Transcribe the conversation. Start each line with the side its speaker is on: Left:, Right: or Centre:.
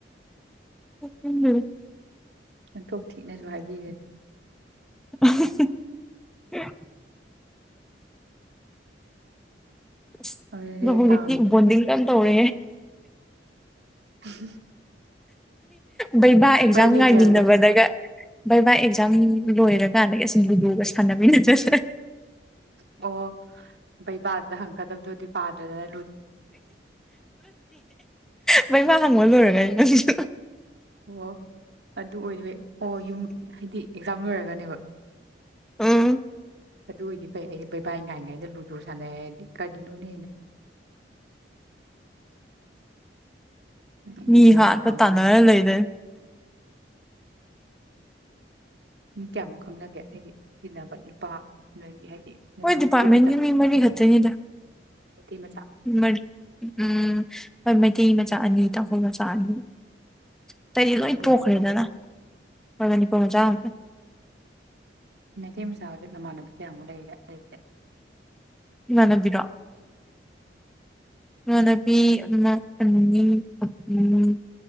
Centre: ꯎꯝ
Right: ꯌꯥꯝꯟꯊꯣꯛ ꯊꯤꯅꯁꯨ ꯍꯥꯏꯕꯤꯔꯦ
Centre: <inaudible> <unintelligible>
Right: ꯑꯗꯨꯅꯦ ꯇꯥꯡ
Centre: ꯇꯧꯔꯦ
Right: ꯎꯝ
Centre: ꯕꯩꯕꯥ ꯑꯦꯛꯖꯥꯝ
Right: ꯂꯦꯚꯦꯜꯗ
Centre: ꯉꯥꯏꯃꯤꯟꯅꯕꯗꯒ ꯕꯩꯕꯥ ꯑꯦꯖꯝ ꯂꯣꯏꯔꯀꯥꯟꯗꯒꯤ ꯑꯁꯨꯝ ꯂꯨꯗꯣꯒ ꯁꯥꯟꯅꯃꯤꯟꯅꯖꯠꯁꯦ
Right: ꯑꯣ ꯕꯩꯕꯥꯗ ꯍꯪꯀꯗꯕꯗꯨꯗꯤ ꯄꯥꯗ꯭ꯔꯅ
Centre: ꯃ ꯍꯪꯃ ꯂꯣꯏꯔꯒ ꯑꯩ ꯅ ꯁꯤꯁꯨ
Right: ꯑꯣ ꯑꯗꯨ ꯑꯣꯏꯕꯩ ꯑꯣ ꯌꯨꯝ ꯍꯥꯏꯗꯤ ꯑꯦꯛꯖꯥꯝ ꯂꯣꯏꯔꯒꯅꯦꯕ
Centre: ꯎꯝ
Right: ꯑꯗꯨ ꯑꯣꯏꯗꯤ ꯐꯩ ꯑꯩꯗꯤ ꯕꯕꯥ ꯉꯥꯏꯉꯥꯏꯗ ꯂꯨ ꯇꯨꯔ ꯁꯥꯟꯅꯦ ꯀꯔꯤꯅꯣꯅꯦ ꯅꯣꯛꯅꯤꯡꯉꯦ
Centre: ꯃꯤ ꯍꯥꯠꯄ
Right: ꯅꯣꯏ ꯀꯥꯡꯕꯨꯁꯦ
Centre: ꯇꯥꯟꯅꯔ ꯂꯩꯔꯦ
Right: ꯃꯤ ꯀꯌꯥꯃꯨꯛ ꯈꯪꯅꯒꯦ ꯍꯥꯏꯗꯤ ꯇꯤꯟꯅꯕ ꯅꯨꯄꯥ ꯅꯣꯏꯒꯤ ꯍꯥꯏꯗꯤ ꯅꯣꯏꯒꯤ
Centre: ꯍꯣꯏ ꯗꯤꯄꯥꯔꯠꯃꯦꯟꯒꯤ
Right: ꯒ꯭ꯔꯨꯞꯇ
Centre: ꯃꯤ ꯃꯔꯤ ꯈꯛꯇꯅꯤꯗ
Right: ꯃꯩꯇꯩ ꯃꯆꯥ
Centre: ꯃꯔ ꯎꯝ ꯀ ꯃꯆꯥꯥꯅꯤ ꯇ ꯍꯣꯏ ꯃꯆꯥꯥꯅꯤ ꯑꯇꯩꯗꯤ
Right: ꯃꯅꯤꯄꯨꯔꯗ
Centre: ꯂꯣꯏ ꯇꯣꯛꯈ꯭ꯔꯦꯗꯅꯕꯅꯤ <unintelligible>
Right: ꯃꯩꯇꯩ ꯃꯆꯥ ꯑꯗꯨ ꯅꯃꯥꯟꯕꯤ ꯀꯌꯥꯃꯨꯛ ꯂꯩ ꯂꯩꯗꯦ
Centre: ꯏꯃꯟꯅꯕꯤꯔꯣ꯫ ꯏꯃꯥꯟꯅꯕꯤ ꯑꯃ ꯑꯅꯤ ꯑꯍꯨꯝ